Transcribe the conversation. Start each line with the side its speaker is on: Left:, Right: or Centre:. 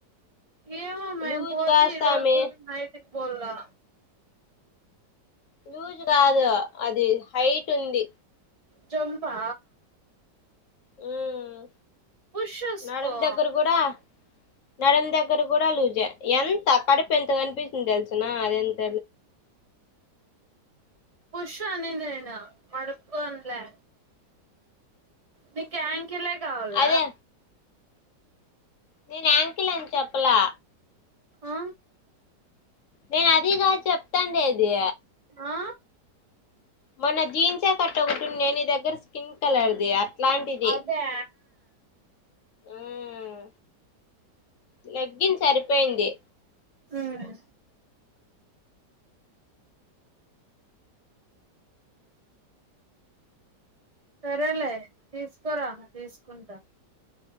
Right: ఏమో మే
Left: లూజ్
Right: పోతే
Left: కాదు
Right: ఈరోజు
Left: సామి
Right: నైట్కి పోలా
Left: లూజ్ కాదు అది హైట్ ఉంది
Right: జోంపా
Left: ఉమ్
Right: పుషేస్కో
Left: నడుము దగ్గర కూడా నడుము దగ్గర కూడా లూజే ఎంత కడుపు ఎంత కనిపిస్తుందో తెలుసున అది ఎంత
Right: పుష్ అనే నేను పడుకొనులే నీకు యాంకీలే కావాల
Left: అదే నేను యాంకిల్ అని చెప్పలా
Right: ఆ
Left: నేను అదిగాదు చెప్తాండేది
Right: ఆ
Left: మొన్న జీన్స్ కట్ ఒకటుంది నీ దగ్గర స్కిన్ కలర్ది అట్లాంటిది
Right: అదా
Left: మ్ లెగ్గిన్ సరిపోయింది
Right: ఉమ్ సరేలే తీసుకోరా తీసుకుంటా